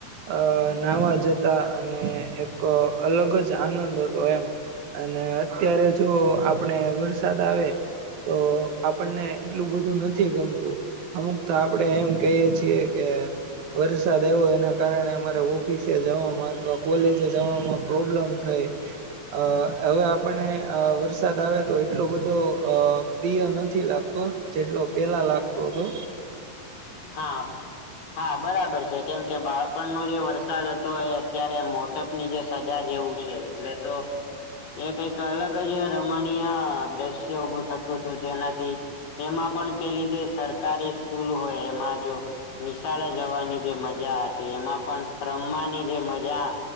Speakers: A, on the right; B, on the left.
A: અહ નાહવા જતા અને એક અલગ જ આનંદ હતો એમ. અને અત્યારે જો આપને વરસાદ આવે તો આપણને એટલું બધું નથી ગમતું. અમુકતો આપડે એમ કહીએ છીએ કે વરસાદ આયવો એના કારણે અમારે ઓફિસે જવામાં અથવા કોલેજે જવામાં પ્રોબ્લેમ થઈ. અહ હવે આપણને અહ વરસાદ આવે તો એટલો બધો અહ પ્રિય નથી લાગતો. જેટલો પેલા લાગતો તો.
B: હા. હા બરાબર છે. કેમકે બાળપણનો જે વરસાદ હતો એ અત્યારે મોત ની જે સજા જેવું છે. એટલે તો એ કંઈક અલગ જ રમણીય દ્રશ્યો ઉભું થતું તું જેનાથી એમાં પણ પેલી જે સરકારી સ્કૂલ હોય એમાં જો નિશાળે જવાની જે મજા હતી, એમાં પણ રમવાની જે મજા